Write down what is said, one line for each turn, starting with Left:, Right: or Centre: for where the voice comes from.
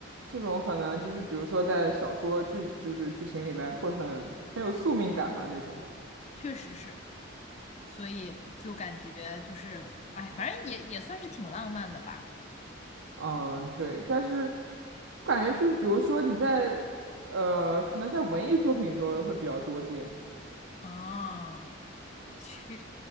Right: 这种可能就是，比如说在小说剧，就是剧情里面会很很有宿命感吧那种。
Left: 确实是，所以就感觉就是哎，反正也也算是挺浪漫的吧，
Right: 嗯，对，但是我感觉就是，比如说你在呃，可能在文艺作品中会比较多见。
Left: 啊。确